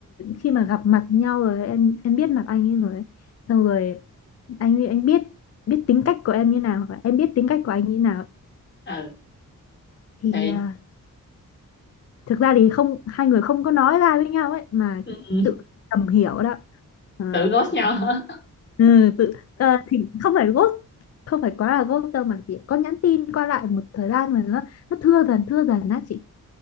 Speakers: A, on the left; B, on the left.
A: khi mà gặp mặt nhau rồi em em biết mặt anh ấy rồi ấy. xong rồi anh ấy anh biết biết tính cách của em như nào và em biết tính cách của anh như nào
B: ừ
A: thì
B: thì
A: à, thực ra thì không hai người không có nói ra với nhau ấy mà
B: ừ, ừ,
A: tự tầm hiểu đó Ờ,
B: tự ghost nhau hả <laughs>
A: ừ, tự ờ, thì không phải ghost không phải quá là ghost đâu mà chỉ có nhắn tin qua lại một thời gian mà nó nó thưa dần thưa dần á chị